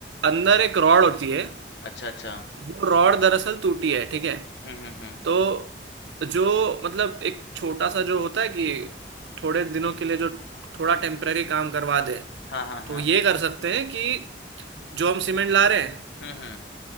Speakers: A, on the right; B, on the left.
A: अंदर एक रॉड होती है
B: अच्छा, अच्छा।
A: वो रॉड दरअसल टूटी है ठीक है
B: हुँ, हुँ, हुँ।
A: तो जो मतलब एक छोटा सा जो होता है कि थोड़े दिनों के लिए जो थोड़ा टेम्पररी काम करवा दे
B: हाँ, हाँ,
A: तो
B: हाँ।
A: ये कर सकते हैं कि जो हम सीमेंट ला रहे हैं
B: हुँ, हुँ।